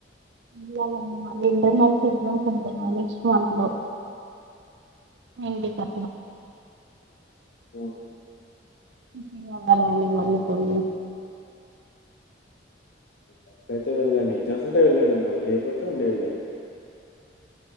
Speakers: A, on the right; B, on the left.
A: ఇలానండి మళ్ళీ ఇంటర్నల్స్ ఎగ్జామ్స్ ఉంటాయి ఆ నెక్స్ట్ మంత్ లో నిండికా
B: ఓ
A: ప్రిపేర్ అవ్వాలి అండి మళ్ళీ పోయి
B: అట్ట అయితే వెళ్ళదండి ఎగ్జామ్స్ ఉంటే వెళ్ళండి మరి లేకపోతే ఉండే వెళ్ళండి